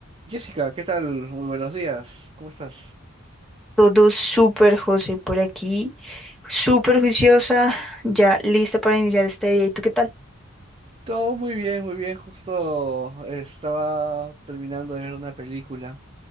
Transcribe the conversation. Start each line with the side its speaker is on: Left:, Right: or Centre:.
Right: Jessica, ¿qué tal? Muy buenos días. ¿Cómo estás?
Centre: Todo súper, José, por aquí. Súper juiciosa, ya lista para iniciar este día. ¿Y tú qué tal?
Right: Todo muy bien, muy bien. Justo eh, estaba terminando de ver una película